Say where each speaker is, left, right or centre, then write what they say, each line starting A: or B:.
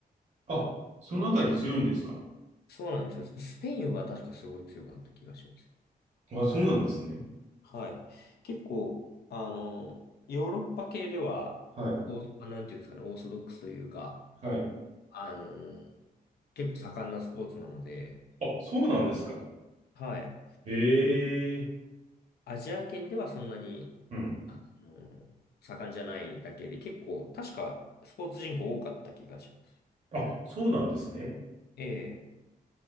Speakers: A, on the right (about 45°); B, on the left (about 80°).
A: あ、そのあたり強いんですか
B: そうなんですよ。スペインは確かすごい強かった気がします。
A: あ、そうなんですね。
B: はい。結構、あの、ヨーロッパ系では、
A: はい。
B: お、あなんていうんですかね、オーソドックスというか、
A: はい。
B: あのー結構盛んなスポーツなので、
A: あ、そうなんですか。
B: はい。
A: ええ
B: アジア圏ではそんなに、
A: うん。
B: あのー盛んじゃないだけで、結構、確かスポーツ人口多かった気がします。
A: あ、そうなんですね。
B: ええ。